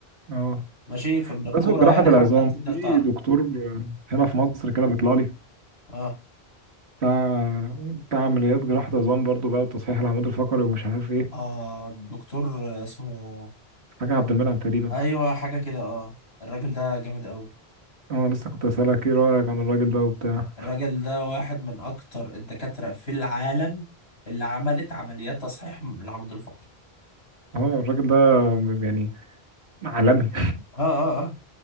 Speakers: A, on the right (about 85°); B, on the left (about 80°).
A: اه
B: ماشي فمن الكوره
A: بمناسبة جراحة
B: يعني
A: العظام
B: حتى تقدر
A: في
B: تعرف
A: دكتور هنا في مصر كده بيطلع لي
B: اه
A: بتاع بتاع عمليات جراحة عظام برضو بقى وتصحيح العمود الفقري ومش عارف ايه
B: اه الدكتور اسمه
A: حاجة عبد المنعم تقريبا
B: ايوه حاجه كده اه الراجل ده جامد قوي
A: اه لسه كنت اسألك ايه رأيك عن الراجل ده وبتاع
B: الراجل ده واحد من اكتر الدكاترة في العالم اللي عملت عمليات تصحيح من العمود الفقري
A: اه الراجل ده يعني عالمي
B: اه اه اه